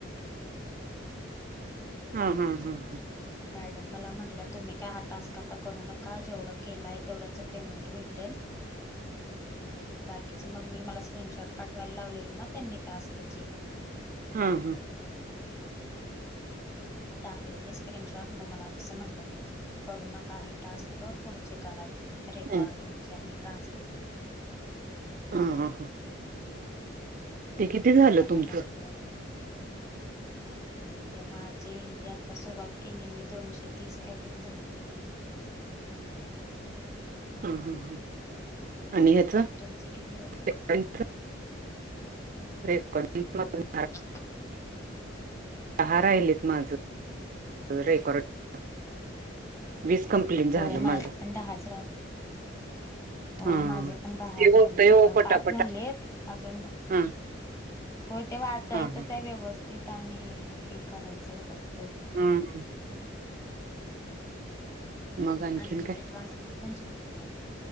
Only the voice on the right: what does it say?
हम्म हम्म हम्म हम्म.
हा हम्म.
हा
हा हा हा.
ते किती
झालं
तुमचं.
हा हा हा आणि ह्याच
<unintelligible> रेकॉर्डिंग <unintelligible>
दहा राहिलेत माझं रेकॉर्ड वीस कंप्लीट झालं
माझं
हा.
ते
होतय ओ
पटापटा
हा
हा हा.
हम्म मग आणखीन
काय